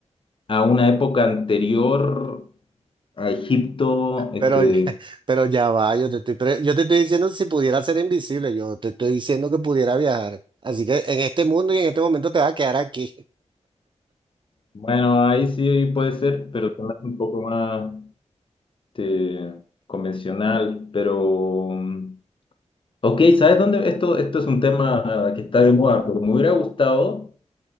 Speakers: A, on the left; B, on the right.
A: a una época anterior a Egipto. Este,
B: Pero, <laughs> pero ya va, yo te estoy, pre- yo te estoy diciendo si pudiera ser invisible, yo te estoy diciendo que pudiera viajar. Así que en este mundo y en este momento te vas a quedar aquí.
A: bueno, ahí sí puede ser, pero se me hace un poco más este, convencional. Pero, mm, ok, ¿sabes dónde? Esto, esto es un tema que está de moda, pero me hubiera gustado